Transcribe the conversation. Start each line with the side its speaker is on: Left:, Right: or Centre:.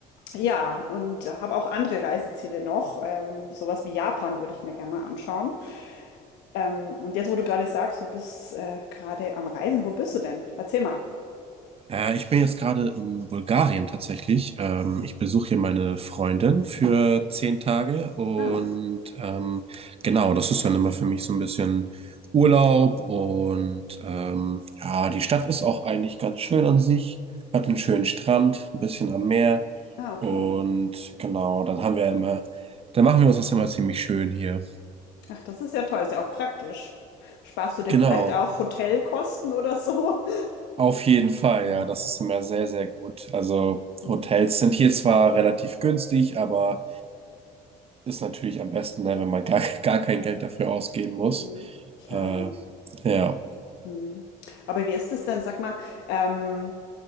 Left: ja, und habe auch andere Reiseziele noch. Ähm, sowas wie Japan würde ich mir gerne mal anschauen. Ähm, und jetzt, wo du gerade sagst, du bist äh, gerade am Reisen, wo bist du denn? Erzähl mal.
Right: Äh, ich bin jetzt gerade in Bulgarien tatsächlich. Ähm, ich besuche hier meine Freundin für zehn Tage und
Left: Ah.
Right: ähm, genau, das ist dann immer für mich so ein bisschen Urlaub und ähm, ja, die Stadt ist auch eigentlich ganz schön an sich, hat einen
Left: Mhm.
Right: schönen Strand, ein bisschen am Meer.
Left: Ah, okay.
Right: Und genau, dann haben wir immer, dann machen wir uns das immer ziemlich schön hier.
Left: Ach, das ist ja toll, ist ja auch praktisch. Sparst du dir
Right: Genau,
Left: vielleicht auch Hotelkosten oder so? <laughs>
Right: auf jeden Fall,
Left: Mhm.
Right: ja, das ist immer sehr, sehr gut. Also
Left: Mhm. Mhm.
Right: Hotels sind hier zwar relativ günstig, aber ist natürlich am besten, ne, wenn man gar, <laughs> gar kein Geld dafür ausgeben muss.
Left: Mhm. Klar,
Right: Äh,
Left: ja.
Right: ja,
Left: Mhm. Aber wie ist es denn? Sag mal, ähm,